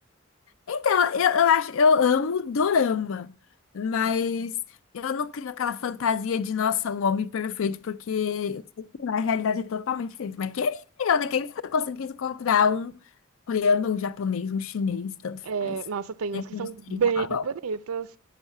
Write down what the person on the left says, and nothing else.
Então, eu, eu acho, eu amo dorama, mas eu não crio aquela fantasia de, nossa, o homem perfeito, porque eu sei que lá a realidade é totalmente diferente. Mas queria eu, né? Quem sabe eu conseguisse encontrar um coreano, um japonês, um chinês, tanto
faz.
Né?
Não
sei,
tá bom.